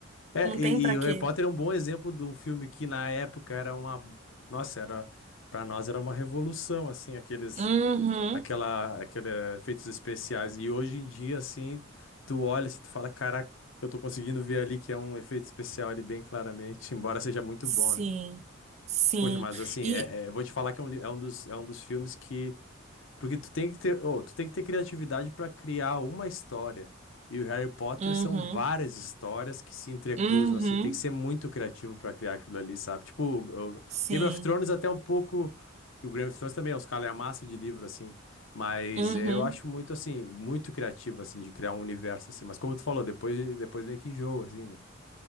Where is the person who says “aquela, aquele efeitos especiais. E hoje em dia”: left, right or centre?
Left